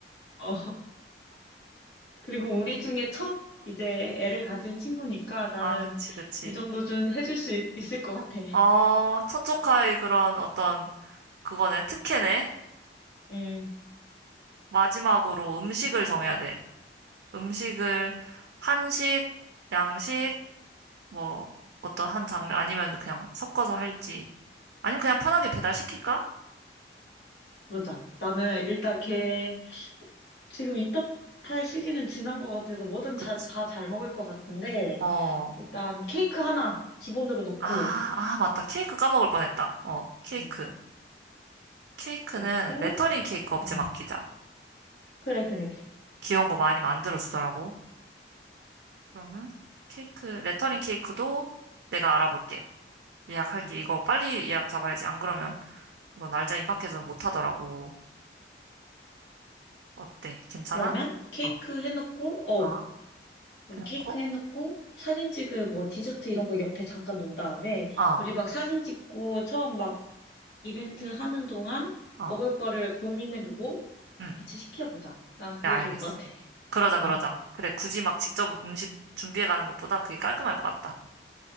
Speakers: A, on the left; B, on the right.
A: 어, <laughs> 그리고 우리 중에 첫 이제 애를 가진 친구니까 나는
B: 아, 그치, 그치.
A: 이 정도 좀 해줄 수 있을 것 같아.
B: 어, 첫 조카의 그런 어떤 그거네, 특혜네.
A: 음,
B: 마지막으로 음식을 정해야 돼. 음식을 한식, 양식, 뭐 어떤 한 장르 아니면 그냥 섞어서 할지 아니면 그냥 편하게 배달시킬까?
A: 그러자. 나는 일단 걔 지금 입덧 탈 시기는 지난 것 같아서 뭐든
B: 그치.
A: 다 잘 먹을 것 같은데
B: 어.
A: 일단 케이크 하나 기본으로 놓고
B: 아, 아, 맞다. 케이크 까먹을 뻔했다. 어, 케이크.
A: 음.
B: 케이크는
A: 놓고
B: 레터링 케이크 업체
A: 음,
B: 맡기자.
A: 그래, 그래, 그래.
B: 귀여운 거 많이 만들어 주더라고. 그러면 케이크, 레터링 케이크도 내가 알아볼게. 예약할게.
A: 어.
B: 이거 빨리 예약 잡아야지. 안 그러면 이거 날짜 임박해서 못 하더라고. 어때? 괜찮아?
A: 그러면 케이크
B: 어.
A: 해놓고, 어,
B: 어,
A: 그럼
B: 해놓고,
A: 케이크 해놓고, 사진 찍을 뭐 디저트 이런 거 옆에 잠깐 놓은 다음에,
B: 어,
A: 우리 막 사진 찍고, 처음 막 이벤트 하는 동안
B: 어,
A: 먹을 거를 고민해보고
B: 응,
A: 같이 시켜보자. 난
B: 그래,
A: 그게
B: 알겠어.
A: 좋을 것 같아.
B: 그러자, 그러자.
A: 응.
B: 그래, 굳이 막 직접 음식 준비해 가는 것보다 그게 깔끔할 것 같다.